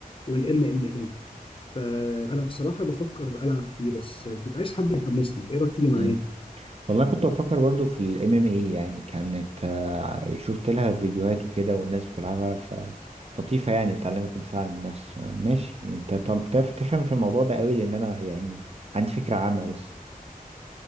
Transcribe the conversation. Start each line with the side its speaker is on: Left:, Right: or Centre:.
Left: والام ام اي فانا بصراحه بفكر العب فيه بس كنت عايز حد يحمسني ايه رايك تيجي معايا
Right: حلو والله كنت بفكر برضو في الام ام اي يعني كانت آه، شفت لها فيديوهات وكده والناس بتلعبها فلطيفة يعني بتعلمك الدفاع عن النفس آه، ماشي يعني انت طب تعرف تفهم في الموضوع ده قوي لان انا يعني عندي فكرة عامة بس